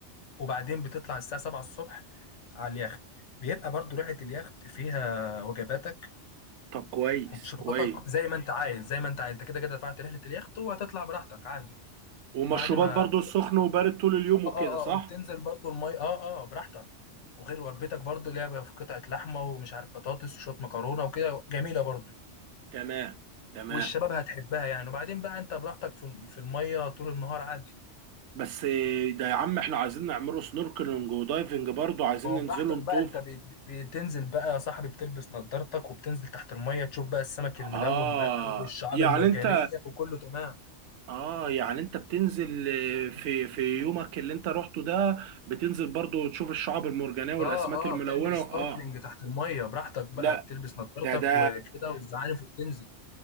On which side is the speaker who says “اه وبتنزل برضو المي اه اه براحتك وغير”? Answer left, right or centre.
Left